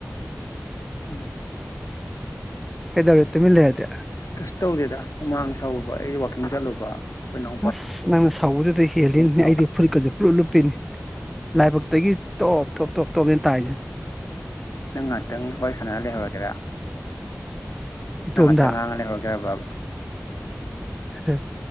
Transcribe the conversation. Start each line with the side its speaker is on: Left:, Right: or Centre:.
Left: ꯎꯝ
Centre: ꯀꯩꯗꯧꯔꯦ ꯇꯨꯃꯤꯟ ꯂꯩꯔꯗꯤ
Left: ꯀꯁ ꯇꯧꯗꯦꯗ ꯍꯨꯃꯥꯡ ꯁꯥꯎꯨꯕ ꯑꯩꯁꯦ ꯋꯥꯛꯀꯤꯡ ꯆꯠꯂꯨꯕ ꯑꯩꯈꯣꯏ ꯏꯅꯥꯎꯄꯥ
Centre: ꯑꯁ ꯅꯪꯅ ꯁꯥ ꯊꯧꯕꯗꯨꯗ ꯍꯦꯜꯂꯤꯅꯤꯅꯦ
Left: ꯏꯅꯥꯎꯄꯥ
Centre: ꯑꯩꯗꯤ ꯐꯨꯔꯤꯠꯀꯁꯦ ꯄꯨꯂꯞ ꯂꯨꯞꯄꯤꯅꯤ ꯂꯥꯏꯕꯛꯇꯒꯤ ꯇꯣꯞ ꯇꯣꯞ ꯇꯣꯞ ꯇꯣꯞꯅꯦ ꯇꯥꯏꯁꯦ
Left: ꯅꯪ ꯉꯥꯏꯍꯥꯛꯇꯪ ꯋꯥꯔꯤ ꯁꯥꯟꯅꯅ ꯂꯩꯍꯧꯔꯒꯦꯔꯥ
Centre: ꯏꯇꯣꯝꯗ
Left: ꯅꯪ ꯉꯥꯛꯇꯪ ꯉꯥꯡꯑꯒ ꯍꯧꯔꯛꯒꯦ ꯕꯕ
Centre: ꯍꯥ